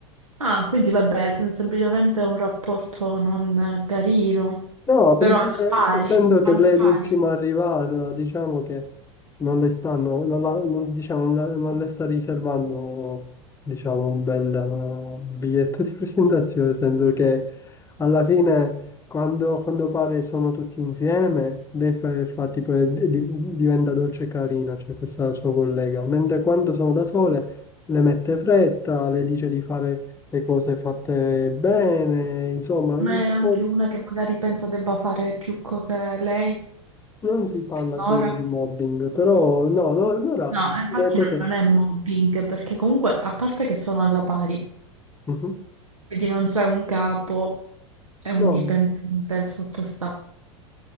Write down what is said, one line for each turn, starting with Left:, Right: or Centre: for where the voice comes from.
Right: Ah, quindi vabbè, sem- semplicemente un rapporto non carino,
Left: No, perché
Right: però alla pari,
Left: essendo che
Right: alla
Left: lei
Right: pari.
Left: è l'ultima arrivata, diciamo che non le stanno, non la- non- diciamo, non le non le sta riservando, diciamo, un bel eh, biglietto di presentazione, nel senso che alla fine quando, quando pare sono tutti insieme, lei fa, fa tipo, eh, di- diventa dolce e carina, cioè questa sua collega, mentre quando sono da sole le mette fretta, le dice di fare le cose fatte bene, insomma,
Right: Ma
Left: un
Right: è anche
Left: po'
Right: una che magari pensa debba fare più cose lei,
Left: Non si parla,
Right: Nora?
Left: credo, di mobbing, però no, no, allora
Right: No, eh, infatti
Left: le cose...
Right: non non è mobbing, perché comunque, a parte che sono alla pari,
Left: Mhm.
Right: quindi non c'è un capo e un
Left: No,
Right: dipendente sottostante.